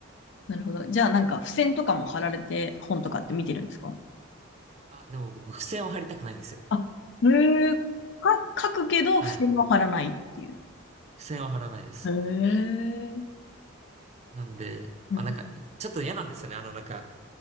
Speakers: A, on the left; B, on the right.
A: なるほど。じゃあなんか付箋とかも貼られて本とかって見てるんですか
B: あ、でも僕、付箋を貼りたくないんですよ。
A: あ、へえ。か、書くけど付箋は貼らないっていう。
B: はい。付箋は貼らないです。
A: へえ。
B: なんで、
A: うん
B: まあなんか、ちょっと嫌なんですよね。あのなんか、